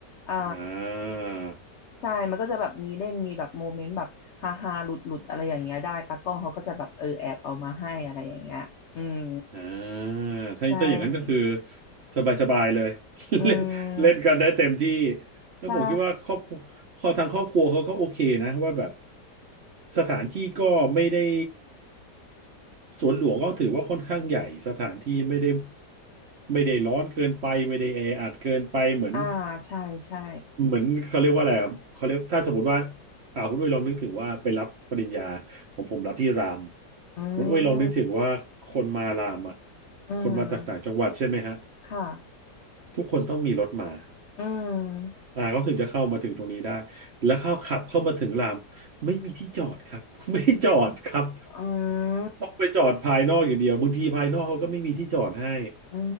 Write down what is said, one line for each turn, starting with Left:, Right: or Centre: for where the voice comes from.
Left: อ่า
Right: อ่า
Left: ใช่มันก็จะแบบมีเล่นมีแบบโมเมนต์แบบฮาฮาหลุดหลุดๆอะไรอย่างเงี้ยได้ตากล้องเขาก็จะแบบเออแอบเอามาให้อะไรอย่างเงี้ยอืม
Right: อ่าถ้าถ้าอย่างนั้นก็คือ
Left: ใช่
Right: สบายๆเลย <laughs>
Left: อื
Right: เล่นเล่นกันได้เต็มที่
Left: ม
Right: แล้วผมคิดว่าครอบครัวคอทางครอบครัวเขาก็โอเคนะว่าแบบ
Left: ใช่
Right: สถานที่ก็ไม่ได้สวนหลวงก็ถือว่าค่อนข้างใหญ่สถานที่ไม่ได้ไม่ได้ร้อนเกินไปไม่ได้แออัดเกินไปเหมือน
Left: อ่าใช่ใช่
Right: เหมือนเขาเรียกว่าอะไรอะเขาเรียกถ้าสมมติว่าอ่าคุณอุ้ยลองนึกถึงว่าไปรับปริญญาของผมรับที่ราม
Left: อื
Right: คุณอุ้ยลองนึกถึงว่าคนมารามอ่ะ
Left: มอืม
Right: คนมาจากต่างจังหวัดใช่ไหมฮะ
Left: ค่ะ
Right: ทุกคนต้องมีรถมา
Left: อืม
Right: อ่าเขาถึงจะเข้ามาถึงตรงนี้ได้แล้วเข้าขับเข้ามาถึงรามไม่มีที่จอดครับ <laughs> ไม่จอดครับ
Left: อืม
Right: ต้องไปจอดภายนอกอย่างเดียวบางทีภายนอกเขาก็ไม่มีที่จอดให้
Left: อื